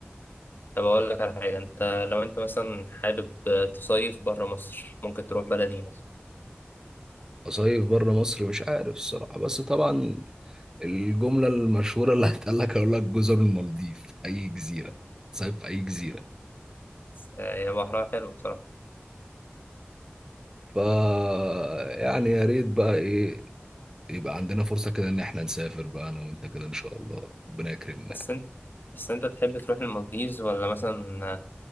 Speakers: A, on the left; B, on the right.
A: طب أقول لك على حاجة أنت لو أنت مثلا حابب تصيف برا مصر ممكن تروح بلدي مثلا
B: أصيف بره مصر مش عارف الصراحة بس طبعا الجملة المشهورة اللي هتقال لك هقول لك جزر المالديف أي جزيرة صيف في أي جزيرة
A: بس هي بحرها حلو بصراحة
B: ف يعني يا ريت بقى إيه يبقى عندنا فرصة كده إن إحنا نسافر بقى أنا وأنت كده إن شاء الله ربنا يكرمنا
A: بس أنت بس أنت تحب تروح المالديز ولا مثلا